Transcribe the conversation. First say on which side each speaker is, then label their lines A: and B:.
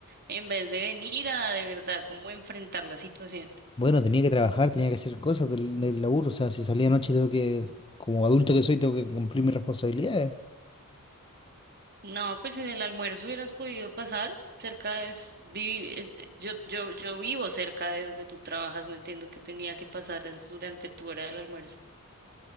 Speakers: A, on the right; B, on the left.
A: en vez de venir a de verdad como enfrentar la situación.
B: Bueno, tenía que trabajar, tenía que hacer cosas del, del laburo, o sea, si salía anoche tengo que, como adulto que soy, tengo que cumplir mis responsabilidades.
A: No, pues en el almuerzo hubieras podido pasar cerca de, es, vivi- es- eh, yo, yo, yo vivo cerca de donde tú trabajas, no entiendo que tenía que pasar eso durante tu hora del almuerzo.